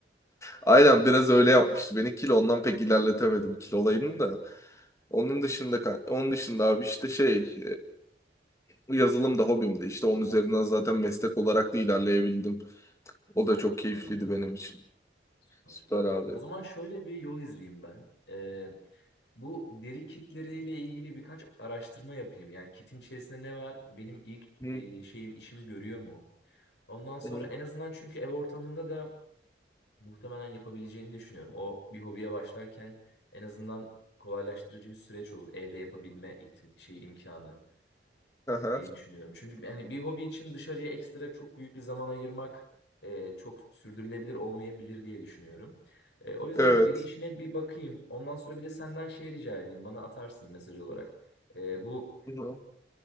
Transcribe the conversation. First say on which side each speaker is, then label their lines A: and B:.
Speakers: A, on the left; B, on the left.
A: Aynen biraz öyle yapmıştı beni kil ondan pek ilerletemedim kil olayını da. Onun dışında ka- onun dışında abi işte şey e, yazılım da hobimdi. İşte onun üzerinden zaten meslek olarak da ilerleyebildim. O
B: Ah,
A: da çok
B: süper
A: keyifliydi
B: ya.
A: benim için.
B: Süper.
A: Süper abi.
B: O zaman şöyle bir yol izleyeyim ben. Ee, bu deri kitleriyle ilgili birkaç araştırma yapayım. Yani kitin içerisinde ne var? Benim ilk
A: Hı.
B: e, şeyim işimi görüyor mu? Ondan sonra
A: Hı hı.
B: en azından çünkü ev ortamında da muhtemelen yapabileceğini düşünüyorum. O bir hobiye başlarken en azından kolaylaştırıcı bir süreç olur. Evde yapabilme ihtim- şey imkanı
A: Aha,
B: e, diye düşünüyorum. Çünkü yani bir hobi için dışarıya ekstra çok büyük bir zaman ayırmak e, çok sürdürülebilir olmayabilir diye düşünüyorum. E, o yüzden
A: evet.
B: diri işine bir bakayım. Ondan sonra bir de senden şey rica edeyim. Bana atarsın mesaj olarak. E, bu
A: Hı hı.